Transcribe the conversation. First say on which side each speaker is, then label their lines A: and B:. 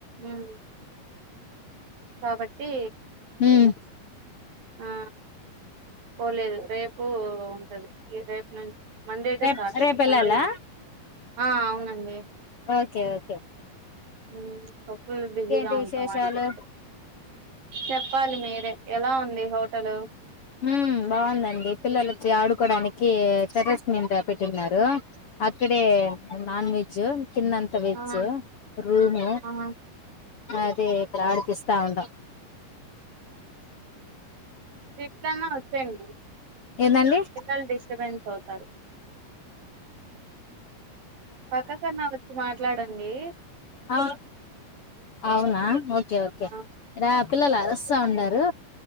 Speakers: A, on the right; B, on the left.
A: ఉమ్, కాబట్టి
B: హ్మ్
A: ఆ పోలేదు రేప్ పు ఉంటది. రేపు నుంచి మండే
B: రేప్
A: టు సాటర్డే
B: రేపెళ్ళాలా
A: సండే లేదు. ఆ అవునండి.
B: ఓకే ఓకే
A: హుమ్మ్ ఒ ఫుల్ బిజీగా
B: ఇంకేంటి
A: ఉంటాం
B: విశేషాలు
A: ఆడికెల్లిపోతే చెప్పాలి మీరే ఎలా ఉ ంది హోటలు
B: హ్మ్ బాగుందండి పిల్లలకి ఆడుకోడానికి టెర్రస్ మీద పెట్టివున్నారు. అక్కడే నాన్ వెజ్ కిందంతా వెజ్
A: ఆహా
B: రూము
A: ఆహా
B: అదే ఇక్కడ ఆడిపిస్తా ఉంటాం.
A: ఇటన్నా వచ్చేయండి
B: ఏందండి
A: పిల్లలు డిస్టర్బెన్స్ అవుతారు. పక్క కన్నా వచ్చి మా ట్లాడండి
B: అవును అవునా ఓకే ఓకే
A: ఆ
B: ఇడా పిల్లలు అరు స్తా ఉన్నారు.